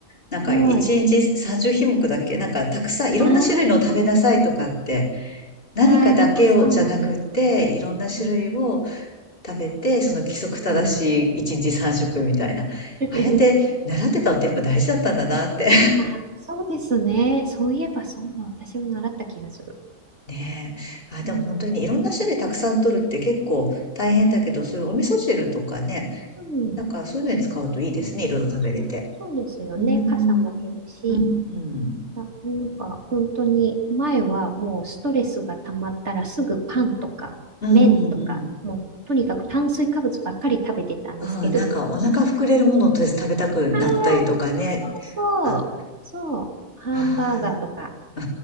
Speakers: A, on the left; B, on the right.
A: なんか1日30品目だっけなんかたくさんいろんな種類のを食べなさいとかって、
B: はい。あー
A: 何かだけをじゃなくって、
B: あー、ありましたね。
A: いろんな種類を
B: うん。
A: 食べて、その規則正しい1日3食みたいな。
B: うん。
A: あ
B: <laughs>
A: あやって習ってたのってやっぱ大事だったんだなって。
B: うん。あー、そうですね。そういえば、そんな私も習った気がする。
A: ねえ。あ、でも本当にいろんな種類たくさん取るって結構大変だけど、
B: うん。うん。
A: そういうお味噌汁とかね、
B: うん
A: なんかそういうのに使うといいですね。いろいろ食べれて。
B: そう、そうですよね。
A: うーん。
B: 傘も減るし。
A: うん、うん。
B: あ、なんか、本当に、前はもうストレスが溜まったらすぐパンとか、
A: うん、
B: 麺とか、
A: うん。
B: もう、とにかく炭水化物ばっかり食べてたんですけど。
A: うん、なんかお腹膨れるものをとりあえず食べたくなったりとかね。
B: <laughs> ああ、そうそう。
A: あ、
B: そう。ハンバーガーとか。
A: ああ、う